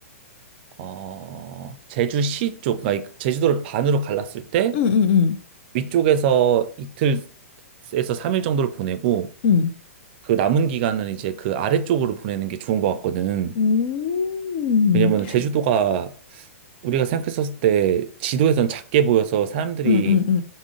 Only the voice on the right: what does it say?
어, 제주시 쪽, 그러니까 제주도를 반으로 갈랐을 때,
위쪽에서 이틀에서 3일 정도를 보내고
그 남은 기간은 이제 그 아래쪽으로 보내는 게 좋은 것 같거든.
왜냐면 제주도가 우리가 생각했었을 때 지도에선 작게 보여서 사람들이